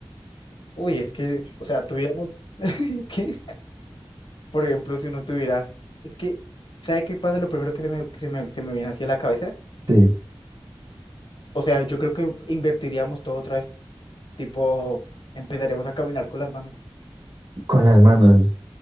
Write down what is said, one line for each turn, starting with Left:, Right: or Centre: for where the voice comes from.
Left: uy, es que, o sea, tuviéramos, <laughs> ¿qué? Por ejemplo, si uno tuviera, es que, ¿sabe qué pasa? Lo primero que se me, que se me, se me viene hacia la cabeza,
Right: Sí,
Left: o sea, yo creo que invertiríamos todo otra vez, tipo, empezaríamos a caminar con las manos.
Right: con las manos.